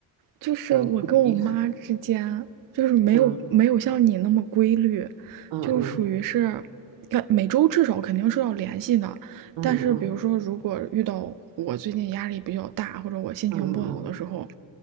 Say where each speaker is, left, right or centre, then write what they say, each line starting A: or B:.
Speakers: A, on the right; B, on the right.
A: 就是我跟我妈之间，
B: 这样固定？
A: 就是没有没有像你那么规律，
B: 嗯嗯嗯
A: 就属于是，看每周至少肯定是要联系的。
B: 嗯嗯
A: 但是比如说，如果遇到我最近压力比较大，或者我心情不好的时候，
B: 嗯